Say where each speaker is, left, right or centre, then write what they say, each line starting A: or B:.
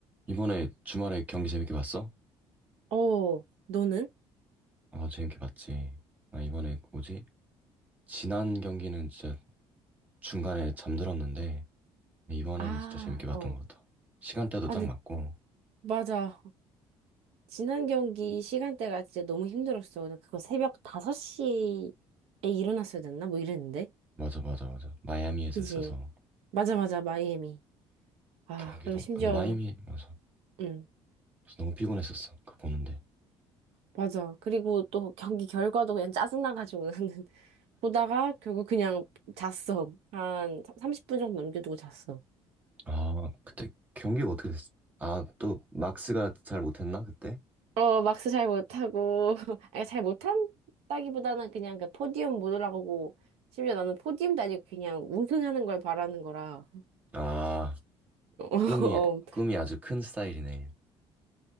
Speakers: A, on the right (about 15°); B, on the right (about 75°).
A: 이번에 주말에 경기 재밌게 봤어?
B: 어, 너는?
A: 아, 재밌게 봤지. 아, 이번에 그 뭐지? 지난 경기는 진짜 중간에 잠들었는데, 이번에는
B: 아,
A: 진짜 재밌게 봤던
B: 어.
A: 것 같아. 시간대도
B: 아,
A: 딱
B: 근데,
A: 맞고,
B: 맞아. 지난 경기 시간대가 진짜 너무 힘들었어. 나 그거 새벽 5시에 일어났어야 됐나? 뭐 이랬는데.
A: 맞아, 맞아, 맞아. 마이애미에서
B: 그지?
A: 했어서,
B: 맞아, 맞아. 마이애미. 아,
A: 경기도,
B: 그리고 심지어,
A: 근데 마이애미, 맞아.
B: 응,
A: 그래서 너무 피곤했었어, 그거 보는데.
B: 맞아. 그리고 또 경기 결과도 그냥 짜증나가지고 나는 <laughs> 보다가 결국 그냥 잤어. 한 30분 정도 넘겨두고 잤어.
A: 아, 그때 경기가 어떻게 됐어? 아, 또 막스가 잘 못했나, 그때?
B: 어, 막스 잘 못하고, <laughs> 아니, 잘 못한다기보다는 그냥 그 포디움 못 올라가고, 심지어 나는 포디움도 아니고 그냥 우승하는 걸 바라는 거라. <laughs>
A: 아,
B: 어,
A: 꿈이,
B: 어.
A: 꿈이 아주 큰 스타일이네.